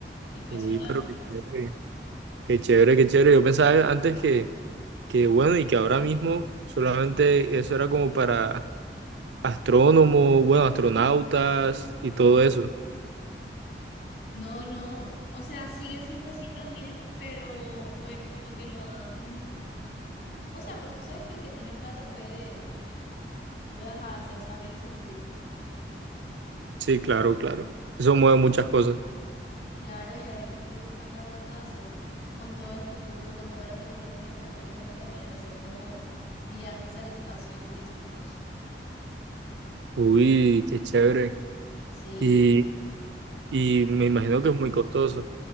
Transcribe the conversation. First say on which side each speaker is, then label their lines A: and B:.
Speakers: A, on the left (about 65°); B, on the right (about 85°).
A: Y fue
B: Uy,
A: solo de
B: pero
A: mujeres.
B: qué chévere. Qué chévere, qué chévere. Yo pensaba antes que, que bueno, y que ahora mismo solamente eso era como para astrónomos, bueno, astronautas y todo eso.
A: No, no, o sea, sigue siendo así también, pero pues como que lo han... O sea, pues tú sabes que el que tiene plata puede, puede ajá, hacer, abrirse su cupo.
B: Sí, claro, claro. Eso mueve muchas cosas.
A: Claro, y ahora incluso están tratando de hacer con todo el futuro, con toda la tecnología, están pensando también en hacer como viajes al espacio turísticos.
B: Uy, qué chévere.
A: Sí,
B: Y, y me imagino que es muy costoso.